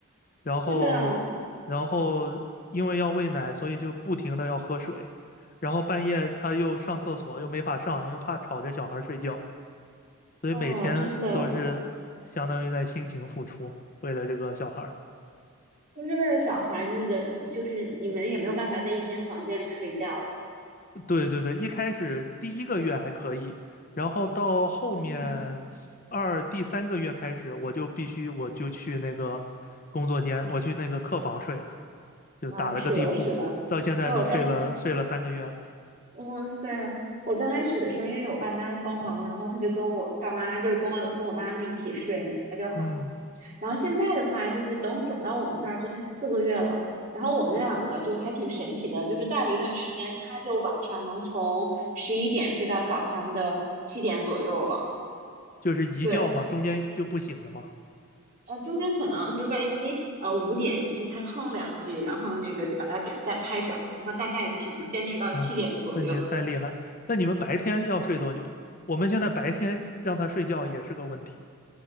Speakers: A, on the left (about 40°); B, on the right (about 35°).
A: 然后然后因为要喂奶，
B: 是的，
A: 所以就不停的要喝水，然后半夜她又上厕所又没法上，因为怕吵着小孩睡觉。所以每天都是相当于在辛勤付出，
B: 哦，真的，
A: 为了这个小孩儿。
B: 就是为了小孩儿那个，就是你们也没有办法在一间房间里睡觉了？
A: 对对对，一开始第一个月还可以，然后到后面二第三个月开始，
B: 嗯，
A: 我就必须我就去那个工作间，我去那个客房睡了，就打了个地铺，
B: 啊，是的，是的，
A: 到现在都睡了睡了三个月了。
B: 所以我当哇塞！我刚开始的时候，因为我爸妈帮忙，然后他就跟我爸妈，就是跟我跟我妈妈一起睡，我就好。
A: 嗯，
B: 然后现在的话，就是等转到我们这儿，就他四个月了。然后我们两个就还挺神奇的，就是带了一段时间，他就晚上能从十一点睡到早上的七点左右了。
A: 就是一觉嘛，
B: 对，
A: 中间就不醒了嘛。
B: 呃，中间可能就万一呃五点，就是他哼两句，然后那个就把他给再拍着，然后大概就是能坚持到七点左右。
A: 啊，那你也太厉害。那你们白天要睡多久？
B: 嗯。
A: 我们现在白天让他睡觉也是个问题。